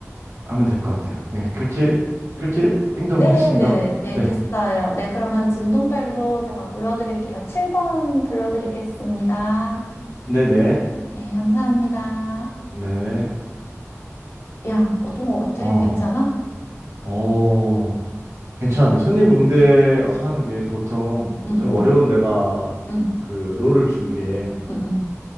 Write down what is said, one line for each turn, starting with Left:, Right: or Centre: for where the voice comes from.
Right: 하면 될 것 같아요. 네, 결제, 결제, 띵동
Left: 네네네.
Right: 했습니다.
Left: 네,
Right: 네,
Left: 됐어요. 네, 그러면 진동벨로 제가 불러드릴게요. 7번 불러드리겠습니다.
Right: 네네,
Left: 네, 감사합니다.
Right: 네, 네.
Left: 야, 어떤 거 같아?
Right: 어,
Left: 괜찮아?
Right: 어, 괜찮은데. 손님 응대하는 게 보통
Left: 응,
Right: 좀
Left: 응,
Right: 어려운 데가
Left: 응,
Right: 그 롤을 준 게,
Left: 응, 응.